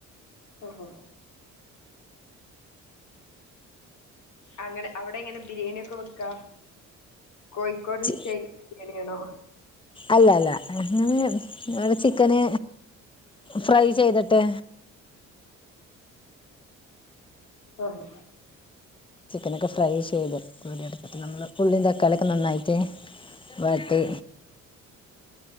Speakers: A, on the left; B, on the left.
A: ഓഹോ അങ്ങനെ അവിടെ എങ്ങനെ ബിരിയാണി ഒക്കെ വെക്ക കോഴിക്കോട്
B: ചി
A: സ്റ്റേ ബിരിയാണിയാണോ
B: അല്ല അല്ല അങ്ങനെ ടെ ചിക്കന് ഫ്രൈ ചെയ്തിട്ട്
A: ആഹ്
B: ചിക്കനൊക്കെ ഫ്രൈ ചെയ്ത് എടുക്കൂലെ അത് നമ്മള് ഉള്ളീം തക്കാളിക്കെ നന്നായിട്ട് വാട്ടി